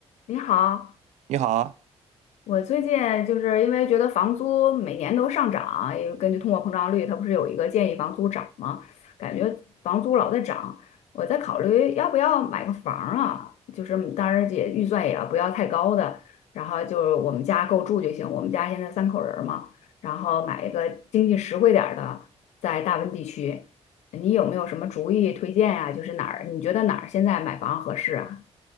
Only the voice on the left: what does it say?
你好，
我最近就是因为觉得房租每年都上涨，也根据通货膨胀率，它不是有一个建议房租涨吗？感觉房租老在涨，我在考虑要不要买个房儿啊，就是嗯当然也预算也要不要太高的，然后就是我们家够住就行。我们家现在三口人儿嘛，然后买一个经济实惠点儿的，在大温地区，你有没有什么主意推荐呀、就是哪儿你觉得哪儿现在买房合适啊？